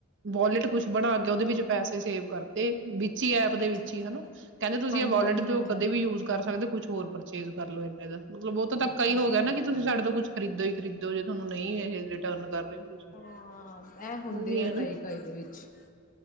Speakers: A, on the right; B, on the left.
A: ਵੋਲੇਟ, ਕੁਛ ਬਣਾ ਕੇ ਉਹਦੇ ਵਿੱਚ ਪੈਸੇ ਸੇਵ ਕਰਤੇ। ਬਿ ਇਸੀ ਐਪ ਦੇ
B: ਅੱਛਾ-ਅੱਛਾ
A: ਵਿੱਚ ਹੀ, ਹਨਾ। ਕਹਿੰਦੇ ਤੁਸੀਂ
B: ਹਾਂਜੀ-ਹਾਂਜੀ
A: ਇਹ ਵਾਲੋਟ ਤੋਂ
B: ਹੁੰਦਾ
A: ਕਦੇ ਵੀ ਯੂਜ ਕਰ ਸਕਦੇ ਹੋ। ਕੁਛ ਹੋਰ ਪਰਚੇਜ ਕਰ ਲਓ ਇਨੇ ਦਾ। ਮਤਲਬ ਉਹ ਤਾਂ ਧੱਕਾ
B: ਅੱਛਾ-ਅੱਛਾ
A: ਹੀ ਹੋ ਗਿਆ ਨਾ, ਕਿ ਤੁਸੀਂ ਸਾਡੇ ਤੋਂ ਕੁਛ ਖਰੀਦੋ ਹੀ ਖਰੀਦੋ, ਜੇ ਤੁਹਾਨੂੰ ਨਹੀਂ ਇਹ ਰਿਟਰਨ ਕਰ ਰਹੇ ਤੁਸੀਂ
B: ਹਾਂ, ਏ ਹੁੰਦੇ
A: ਉਹੀ
B: ਐ,
A: ਹੈ ਨਾ।
B: ਕਈ ਕਈ ਦੇ ਵਿੱਚ।